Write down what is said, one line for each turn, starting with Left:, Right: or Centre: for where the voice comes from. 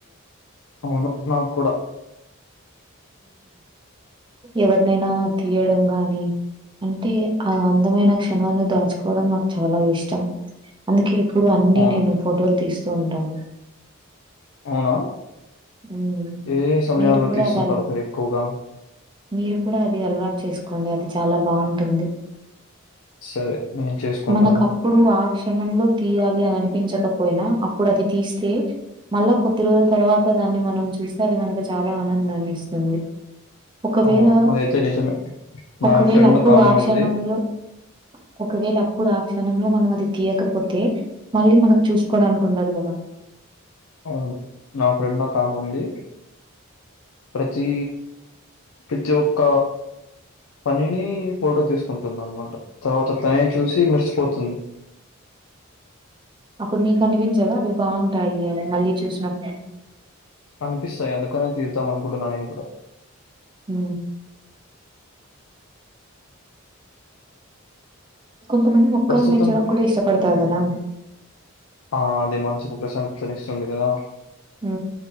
Left: అవును నాకు కూడా
Right: ఎవరినైనా తీయడం గానీ అంటే ఆ అందమైన క్షణాలను దాచుకోవడం నాకు చాలా ఇష్టం అందుకే ఇప్పుడు అన్ని
Left: అవును.
Right: నేను ఫోటోలు తీస్తూ ఉంటాను.
Left: అవునా
Right: హ్మ్.
Left: ఏ ఏ సమయాల్లో
Right: మీరు కూడా
Left: తీస్తుంటారు
Right: అది అల
Left: మీరు ఎక్కువగా?
Right: మీరు కూడా అది అలవాటు చేసుకోండి అది చాలా బావుంటుంది.
Left: సరే. నేను చేసుకుంటాను.
Right: మనకు అప్పుడు ఆ క్షణంలో తీయాలి అని అనిపించకపోయినా అప్పుడు అది తీస్తే మళ్ళా కొద్ది రోజుల తర్వా త దాన్ని మనం చూస్తే అది మనకు చాలా ఆనందాన్ని ఇస్తుంది. ఒకవేళ
Left: అవును. అదైతే నిజమే. నా
Right: ఒకవేళ
Left: ఫ్రెండ్
Right: అప్పుడు
Left: ఒకామె
Right: ఆ క్షణంలో
Left: ఉంది.
Right: ఒకవేళ అప్పుడు ఆ క్షణంలో మనం అది తీయకపోతే మళ్ళీ మనకు చూసుకోవడానికి ఉండదు కదా.
Left: అవును నా ఫ్రెండు ఒకామె ఉంది. ప్రతి ప్రతి ఒక్క పనిని ఫోటో తీసుకుంటుంది అనమాట తర్వాత తనే చూసి మరిసిపోతుంది.
Right: అప్పుడు నీకు అనిపించదా అవి బావుంటాయి అవి మళ్ళీ చూసినప్పుడు
Left: అనిపిస్తాయి అందుకనే తీద్దాం అనుకుంటున్నా నేను కూడా
Right: ఉ కొంతమంది మొక్కలను
Left: ప్రస్తుతం
Right: పెంచడం కూడా ఇష్టపడతారు కదా
Left: ఆ అది మనసుకు ప్రశాంతతనిస్తుంది కదా
Right: ఉ